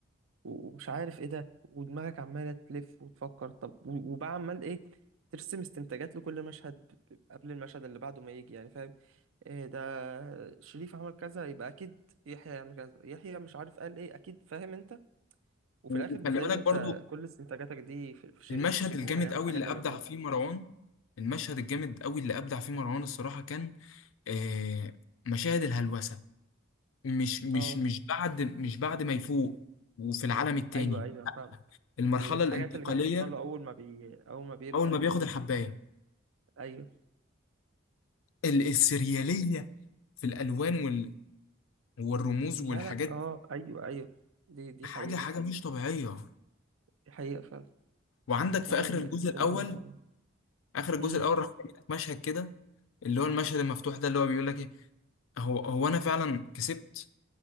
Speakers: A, on the right; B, on the left.
A: ومش عارف ايه ده ودماغك عمالة تلف وتفكر طب و- وبقى عمال ايه ترسم استنتاجات لكل مشهد قبل المشهد اللي بعده ما يجي يعني فاهم إيه ده شريف عمل كذا يبقى اكيد يحيى يعمل كذا يحيى مش عارف قال ايه اكيد فاهم انت وفي
B: و-
A: الاخر
B: وخلي
A: بتلاقي
B: بالك
A: ان انت
B: برضو
A: كل استنتاجاتك دي في في شنك
B: المشهد الجامد
A: وهو هيعمل
B: قوي
A: حاجة
B: اللي
A: تانية
B: ابدع
A: خالص
B: فيه مروان المشهد الجامد قوي اللي ابدع فيه مروان الصراحه كان آه، مشاهد الهلوسه مش مش
A: اه
B: مش بعد مش بعد ما يفوق وفي العالم التاني
A: ايوه ايوه أنا فاهمك
B: المرحله
A: ال- الحاجات
B: الانتقاليه
A: اللي كانت بتحصل له اول ما بي اول ما بيبدأ
B: اول ما
A: ي...
B: بياخد الحبايه
A: ايوه
B: ال- السرياليه في الالوان وال والرموز
A: لا
B: والحاجات
A: لا اه
B: دي
A: ايوه ايوه دي دي
B: حاجه
A: حقيقة
B: حاجه مش طبيعيه
A: دي حقيقة فعلا
B: وعندك في
A: لا
B: اخر
A: ال-
B: الجزء
A: الفيلم
B: الاول اخر الجزء
A: امم
B: الاول راح يجيلك مشهد كده اللي هو المشهد المفتوح ده اللي هو بيقول لك ايه هو هو انا فعلا كسبت